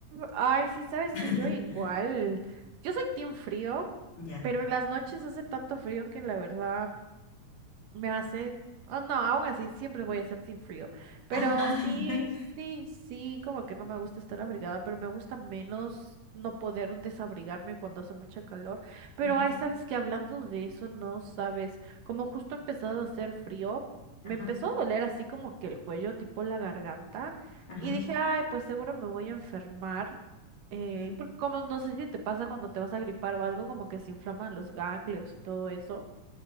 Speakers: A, on the right; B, on the left.
A: ay, sí, sabes
B: <laughs>
A: que yo igual, yo soy team frío,
B: Ya.
A: pero en las noches hace tanto frío que la verdad me hace, oh, no, aún así siempre voy a hacer sin frío, pero
B: Ajá.
A: sí,
B: <laughs>
A: sí, sí, como que no me gusta estar abrigada, pero me gusta menos no poder desabrigarme cuando hace mucha calor. Pero
B: Ujú,
A: ay, sabes que hablando de eso, no sabes, como justo ha empezado a hacer frío,
B: Ajá,
A: me empezó a doler así como que el cuello, tipo la garganta,
B: ajá,
A: y dije, ay, pues seguro me voy a enfermar. Eh,
B: ajá.
A: porque como no sé si te pasa cuando te vas a gripar o algo, como que se inflaman los ganglios y todo eso.